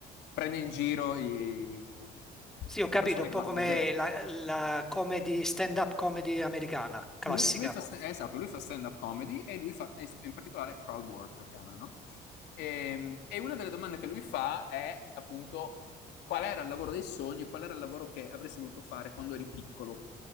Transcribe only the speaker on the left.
prende in giro i-
le persone
che vanno
a vederlo.
Lui, lui fa, sta- eh, esatto, lui fa stand-up comedy e lui fa, e in particolare crowd work lo chiamano, no? E, e una delle domande che lui fa è appunto qual era il lavoro dei sogni, qual era il lavoro che avresti voluto fare quando eri piccolo,